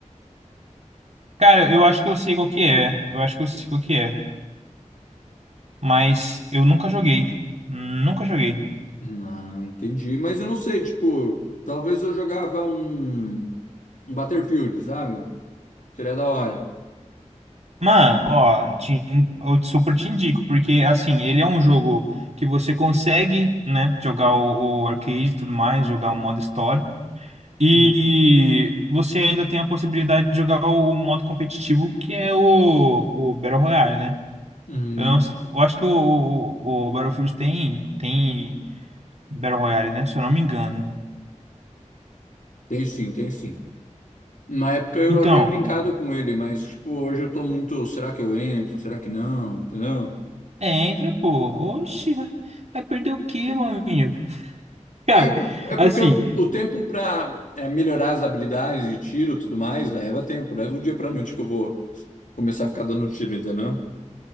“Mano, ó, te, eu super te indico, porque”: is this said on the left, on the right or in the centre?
Right